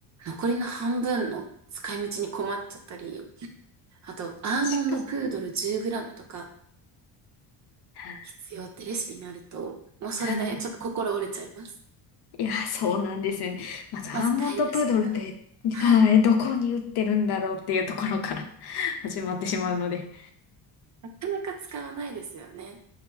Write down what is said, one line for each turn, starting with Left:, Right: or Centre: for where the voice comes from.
Right: 残りの半分の使い道に困っちゃったり、あと、アーモンドプードル
Left: 確かに。
Right: 10g とか
Left: は
Right: 必要ってレシピになると、もうそれでちょっと心折れちゃいます。
Left: い。いや、そうなんですよね。まず、
Right: まず買い出しから。
Left: アーモンドプードルって、
Right: はい。
Left: はい、どこに売ってるんだろうっていうところから <laughs> 始まってしまうので。
Right: なかなか使わないですよね。